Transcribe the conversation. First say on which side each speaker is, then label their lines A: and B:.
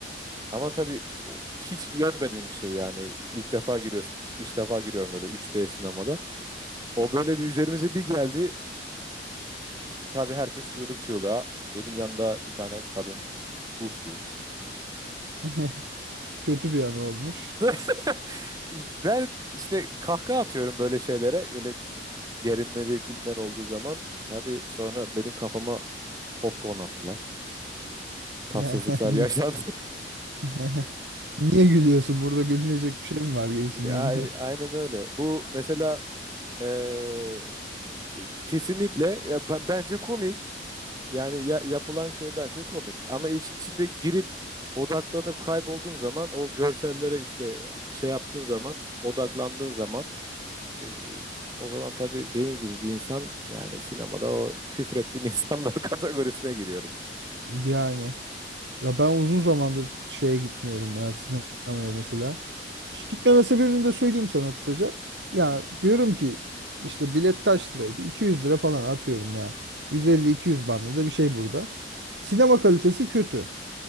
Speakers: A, on the right; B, on the right.
A: Ama tabii o- hiç görmediğim bir şey yani. İlk defa giriyorsun. Üç, ilk defa giriyorum böyle 3D sinemada. O böyle bir üzerimize bir geldi. Tabii herkes çığlık çığlığa. Benim yanında bir tane kadın sustu.
B: <laughs> Kötü bir an olmuş.
A: <laughs> Ben işte kahkaha atıyorum böyle şeylere. Öyle gerilmeli filmler olduğu zaman. Tabii sonra benim kafama popcorn attılar. Tatsızlıklar
B: Yani
A: yaşandı. <laughs>
B: <laughs> niye gülüyorsun? Burada gülünecek bir şey mi var gibisinden.
A: Ya, aynen
B: <laughs>
A: öyle. Bu mesela eee, kesinlikle ya, ben- bence komik. Yani ya- yapılan şey bence komik. Ama işin içinde girip odaklanıp kaybolduğun zaman o görsellere işte şey yaptığın zaman odaklandığın zaman Ee, o zaman tabii benim gibi bir insan yani sinemada o küfrettiğin <laughs> insanlar kategorisine giriyorum.
B: Yani ya ben uzun zamandır şeye gitmiyorum ya sinemaya mesela. Ş- Gitmeme sebebimi de söyleyeyim sana kısaca. Ya
A: Hı.
B: diyorum ki işte bilet kaç liraydı? 200 lira falan atıyorum ya. 150-200 bandında bir şey burada. Sinema kalitesi kötü.